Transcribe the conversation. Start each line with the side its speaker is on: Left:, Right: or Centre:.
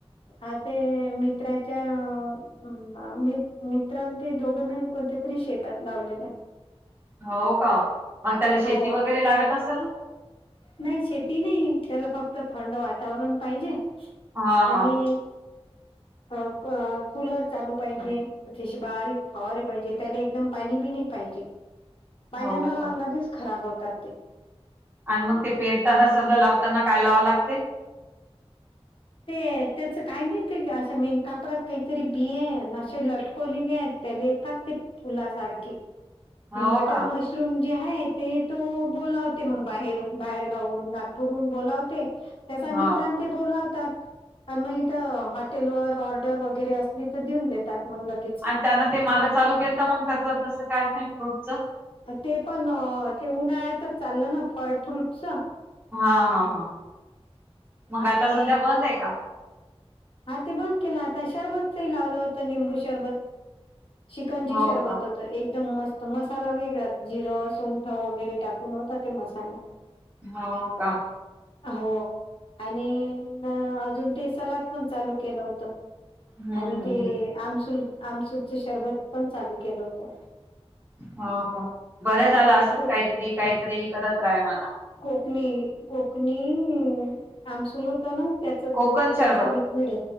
Left: अ ते मित्राच्या अं अ ब मी मित्रां ते दोघं मिळून कोणत्या तरी शेतात लावलेलये.
Right: हो का? मग त्याला
Left: हो.
Right: शेती वगैरे लागत असेल ना
Left: नाही शेती नाही. त्याला फक्त थंड वातावरण पाहिजे,
Right: हा
Left: आणि
Right: हा
Left: अं, क क कुलर चालू पाहिजे, म्हणजे असे बारीक फवारे पाहिजे. त्याले एकदम पाणी बी नही पाहिजे. पाण्यान
Right: हो का
Left: लगेच खराब होतात ते.
Right: आण मग ते पेरताना समजा लावताना काय लावं लागते?
Left: ते त्याच काही माहित? कान की अशा मेन कापडात काहीतरी बिया अन असे लट कोलेल्या आहेत त्या. त्याला येतात ते फुला सारखी.
Right: हो
Left: अन बटर
Right: का
Left: मश शरूम जे आहे ते, तो बोलावते मग बाहेरून, बाहेरगाववरून. नागपूरहून बोलावते, त्याचा मित्रन
Right: हा
Left: ते बोलावतात. पण मग इथं हॉटेल वर ऑर्डर वगैरे असली तर देऊन देतात मग लगेच.
Right: अन त्यान ते मागं चालू केल त मग त्याच तस काय काही फ्रूटच?
Left: ते पण ते उन्हाळ्यातच चाललं ना फळ फ्रूटच
Right: हा हा हा. मग
Left: आणि
Right: आता सध्या बंद आहे का
Left: हा ते बंद केलं आता शरबतचही लावलं होतं निंबू शरबत चिकंजी
Right: हो
Left: शरबत
Right: का
Left: होत. तर एकदम मस्त मसाला वेगळा जिरं सुंठ वगैरे टाकून होतात ते मसाला
Right: हो का?
Left: हो आणि अजून ते सलाद पण चालू केलं होत.
Right: हम्म
Left: आणि
Right: हम्म
Left: ते
Right: हम्
Left: आमसूल आमसूलच शरबत पण चालू केलं होत.
Right: हो का बरं झालं असत
Left: कोक
Right: काहीतरी काहीतरी करत राहाय मला
Left: कोकणी कोकणी आमसल होत ना त्याच
Right: कोकण
Left: त्याच
Right: शरबत
Left: ल. विडि